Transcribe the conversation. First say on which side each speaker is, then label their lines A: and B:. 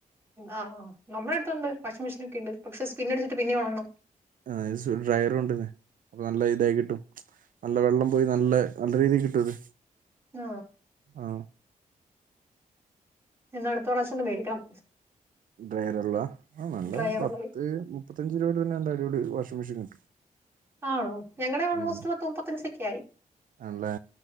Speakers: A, on the right; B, on the right.
A: ആഹ് ആ നമ്മളടുത്തുണ്ട് വാഷിംഗ് മെഷീൻ ഒക്കെണ്ട് പക്ഷെ സ്പിൻ അടിച്ചിട്ട് പിന്നിം ഒണങ്ങണം.
B: ആ <unintelligible> ഡ്രയറും ഉണ്ട്. അപ്പൊ നല്ല ഇതായി കിട്ടും നല്ല വെള്ളം പോയി നല്ല നല്ല രീതി കിട്ടും ഇത്
A: ആ
B: ആഹ്
A: എന്നാ അടുത്ത പ്രാശ്യന്ന് മേടിക്കണം
B: ഡ്രൈയറുള്ള ആ നല്ല
A: ഡ്രയറുള്ളത്
B: പത്ത് മുപ്പത്തഞ്ച് രൂപയുടെ തന്നെല്ലായി ഇവിടെ വാഷിംഗ് മെഷീൻ കിട്ടും
A: ആണോ ഞങ്ങടെ ഓൾമോസ്റ്റ്
B: ഉം
A: പത്ത് മുപ്പത്തഞ്ചൊക്കെയായി
B: ആണല്ലേ